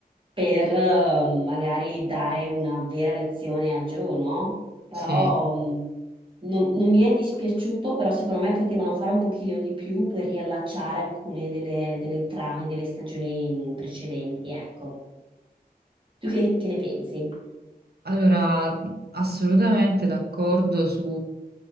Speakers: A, on the right; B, on the right.
A: per eh, magari dare una vera lezione a Joe, no? Però
B: Sì.
A: mh, non, non mi è dispiaciuto, però secondo me potevano fare un pochino di più per riallacciare alcune delle, delle trame delle stagioni mh, precedenti, ecco. Tu che, che ne pensi?
B: Allora, assolutamente d'accordo sul